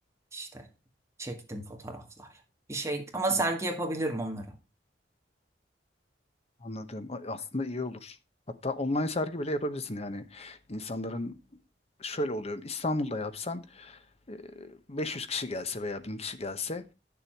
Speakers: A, on the right (about 15°); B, on the left (about 35°).
A: işte çektim fotoğraflar. Bir şey ama
B: Hmm,
A: sergi yapabilirim onları.
B: Anladım. A- Aslında iyi olur. Hatta online sergi bile yapabilirsin. Yani insanların şöyle oluyor. İstanbul'da yapsan e, 500 kişi gelse veya 1000 kişi gelse